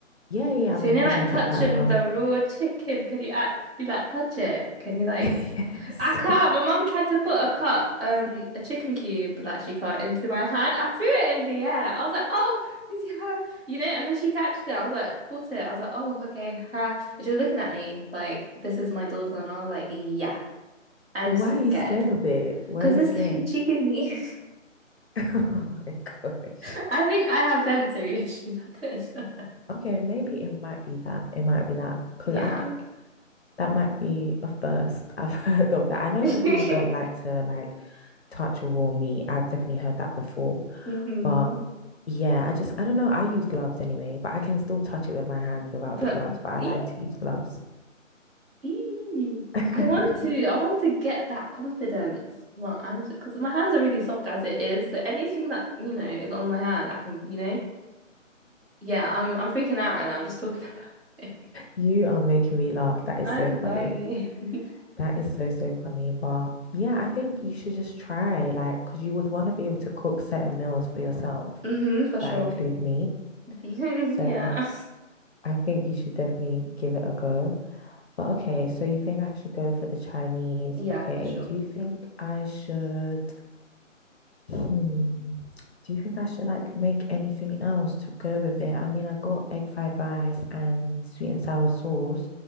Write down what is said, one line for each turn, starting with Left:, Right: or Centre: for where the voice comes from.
Left: Yeah, yeah,
Right: So
Left: I've been
Right: you
Left: cooking
Right: are like touching
Left: for quite a while.
Right: the raw chicken, can you actually like touch it? Can you like?
Left: <laughs> Yes.
Right: I can't. My mum tried to put a cut, um, a chicken cube that she cut into my hand. I threw it in the air. I was like, "Oh, <laughs> yeah," you know. And then she catched it. I was like, caught it. I was like, "Oh, okay." ha." And she was looking at me like, "This is my daughter," and I was like, "Yeah, I'm
Left: But why
Right: scared
Left: are you scared of it? Why
Right: because
Left: are you
Right: it's
Left: scared?
Right: so chickeny."
Left: <laughs> Oh my gosh.
Right: <laughs> I think I have sensory issues. <laughs> I don't know.
Left: Okay, maybe it might be that. It might be that. Because
Right: Yeah.
Left: I think that might be a first I've <laughs> heard of that. I know
Right: <laughs>
Left: some people don't like to like touch raw meat. I've definitely heard that before.
Right: Mm-hmm.
Left: But yeah, I just, I don't know. I use gloves anyway, but I can still touch it with my hand without
Right: But
Left: the gloves, but I
Right: ee,
Left: like to use gloves.
Right: ee.
Left: <laughs>
Right: I want to I want to get that confidence. Well, I'm because my hands are really soft as it is, so anything that, you know, is on my hand, I can, you know. Yeah, I'm I'm freaking out right now just talking about it.
Left: You are making me laugh.
Right: <laughs>
Left: That is
Right: I'm
Left: so
Right: sorry.
Left: funny.
Right: <laughs>
Left: That is so, so funny. But yeah, I think you should just try, like, because you would want to be able to cook certain meals for yourself
Right: Mm-hmm, for sure.
Left: that include meat.
Right: <laughs>
Left: So
Right: Yeah.
Left: I think you should definitely give it a go. But okay, so you think I should go for the Chinese?
Right: Yeah,
Left: Okay,
Right: for sure.
Left: do you think I should, hmm, do you think I should like make anything else to go with it? I mean, I got egg fried rice and sweet and sour sauce.